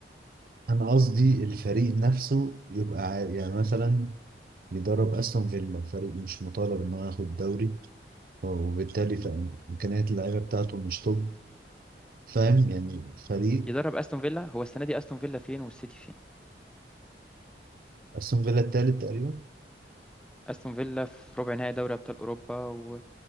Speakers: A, on the right (about 55°); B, in the centre.
A: انا قصدي الفريق نفسه يبقى ع- يعني مثلا يدرب استون فيلا فريق مش مطالب ان هو ياخد دوري وبالتالي ف- امكانيات اللعيبه بتاعته مش توب فاهم يعني فريق
B: يدرب استون فيلا هو السنه دي استون فيلا فين والسيتي فين
A: استون فيلا التالت تقريبا
B: استون فيلا في ربع نهائي دوري ابطال اوروبا و...